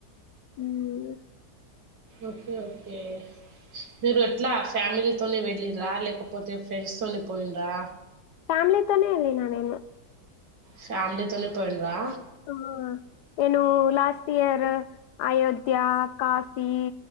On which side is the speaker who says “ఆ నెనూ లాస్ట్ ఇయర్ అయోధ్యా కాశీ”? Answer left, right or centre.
Left